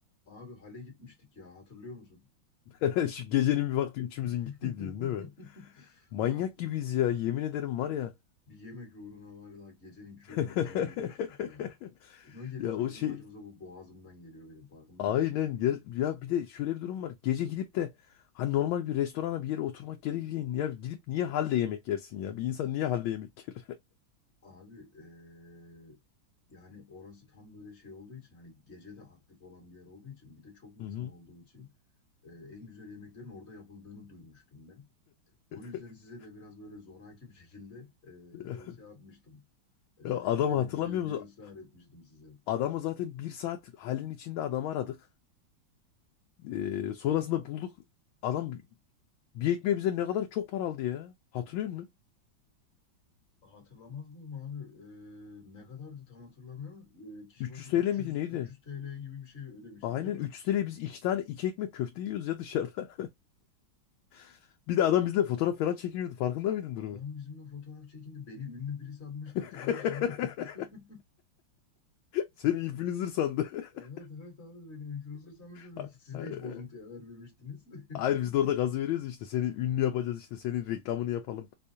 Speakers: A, on the left; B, on the left.
A: Abi Hale gitmiştik ya hatırlıyor musun?
B: <laughs> Şu gecenin bir vakti üçümüzün
A: <laughs>
B: gittiği diyorsun değil mi? Manyak
A: Ya bir,
B: gibiyiz ya yemin ederim var ya.
A: bir yemek uğruna var ya gecenin köründe
B: <laughs>
A: Hale girmiştik ya. Ne geliyorsa
B: Ya o
A: bizim
B: şey
A: başımıza bu boğazımdan geliyor benim farkında
B: aynen
A: mısın?
B: gel ya bir de şöyle bir durum var. Gece gidip de hani normal bir restorana bir yere oturmak gerekirken ya gidip niye halde yemek yersin ya? Bir insan niye halde yemek yer?
A: Abi eee, yani orası tam böyle şey olduğu için hani gece de aktif olan bir yer olduğu için bir de çok insan
B: <laughs> Hı hı.
A: olduğu için eee, en güzel yemeklerin orada yapıldığını duymuştum ben. O yüzden
B: <laughs>
A: size de biraz böyle zoraki bir şekilde eee,
B: Ya,
A: şey yapmıştım. Eee,
B: adamı
A: gidelim
B: hatırlamıyor
A: gidelim
B: musun?
A: diye ısrar etmiştim size.
B: Adamı zaten bir saat halin içinde adamı aradık. Ee, sonrasında bulduk. Adam Bir ekmeğe bize ne kadar çok para aldı ya. Hatırlıyor musun?
A: Hatırlamaz mıyım abi? Ee, ne kadardı tam hatırlamıyorum. Ee, kişi
B: 300
A: başı 300
B: TL miydi neydi?
A: 300 TL gibi bir şey ödemiştik
B: Aynen
A: değil mi?
B: 300 TL'ye biz iki tane iki ekmek köfte yiyoruz ya dışarıda. <laughs> Bir de adam bizle fotoğraf falan çekiniyordu. Farkında mıydın
A: Adam
B: durumu?
A: bizimle fotoğraf çekindi. Beni ünlü biri sanmıştı hatırlıyorsun
B: <laughs>
A: değil mi? <laughs>
B: Seni influencer sandı. <laughs>
A: Evet evet abi beni influencer sanmıştı.
B: Ha-
A: Siz
B: ha-
A: de hiç bozuntuya vermemiştiniz. <laughs>
B: Hayır biz de orada gazı veriyoruz işte. Seni ünlü yapacağız işte. Senin reklamını yapalım.